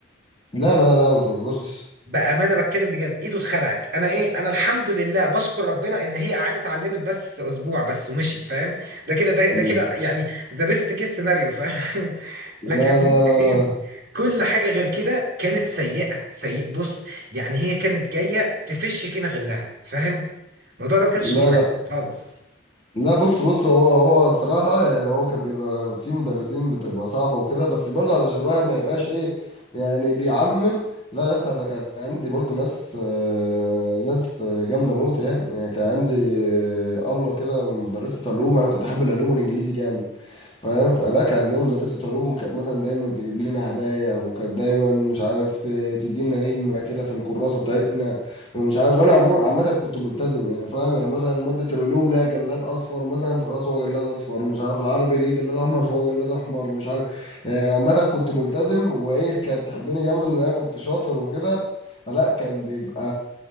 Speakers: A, on the left (about 25°); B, on the right (about 50°).
A: لا لا لا ما تهزرش
B: بأمانة بتكلم بجد ايده اتخلعت انا ايه انا الحمد لله بشكر ربنا ان هي قعدت اتعلمت بس اسبوع بس ومشيت فاهم ده كده ده, ده
A: لا
B: كده يعني ذا بيست كيس سيناريو فاهم <laughs>
A: لا
B: لكن بص
A: لا لا
B: ايه كل حاجة غير كده كانت سيئة سيء بص يعني هي كانت جاية تفش فينا غلها فاهم الموضوع ده ما كانش
A: لا
B: بيعجبني
A: لا
B: خالص
A: لا بص بص هو هو صراحة يعني هو كان بيبقى في مدرسين بتبقى صعبة وكده بس برضه علشان الواحد ما يبقاش ايه يعني بيعمم لا يا اسطى انا كان عندي برضه ناس آه، ناس آه، جامدة موت يعني يعني كان عندي آه، أبلة كده مدرسة علوم انا كنت احب العلوم والانجليزي جامد فاهم فلا كان عندنا مدرسة علوم كانت مثلا دايما تجيب لنا هدايا وكانت دايما مش عارف ت- تدينا نجمة كده في الكراسة بتاعتنا ومش عارف وانا عمو- عامة كنت ملتزم يعني فاهم يعني مثلا مادة العلوم ليها جلاد اصفر مثلا فخلاص هو جلاد اصفر مش عارف العربي ليه جلاد احمر فهو جلاد احمر مش عارف يعني عامة كنت ملتزم وهي كانت تحبني جامد لان انا كنت شاطر وكده فلا كان بيبقى